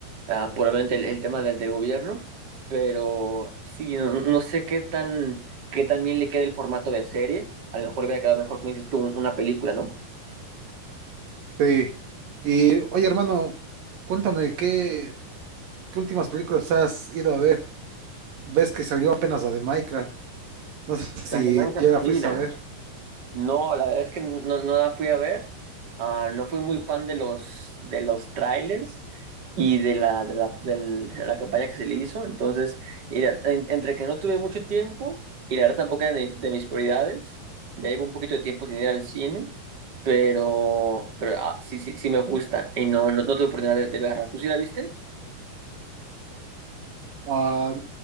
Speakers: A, on the right; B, on the right.
A: ah, probablemente el, el tema del, del gobierno, pero sí, no, no no sé qué tan, qué tan bien le queda el formato de serie. A lo mejor hubiera quedado mejor, como dices tú, un- una película, ¿no?
B: Sí. Y oye, hermano, cuéntame, ¿qué, qué últimas películas has ido a ver? Ves que salió apenas la de Minecraft. No sé si
A: La imagen,
B: ya la
A: sí,
B: fuiste
A: la-
B: a ver.
A: No, la verdad es que no, no la fui a ver. Ah, no fui muy fan de los, de los trailers y de la, de la, del- de la campaña que se le hizo. Entonces, y la- en- entre que no tuve mucho tiempo y la verdad tampoco era de, de mis prioridades, ya llevo un poquito de tiempo sin ir al cine, pero, pero ah, sí, sí, sí me gusta y no, no, no tuve oportunidad de, de verla. ¿Tú sí la viste?
B: Ah,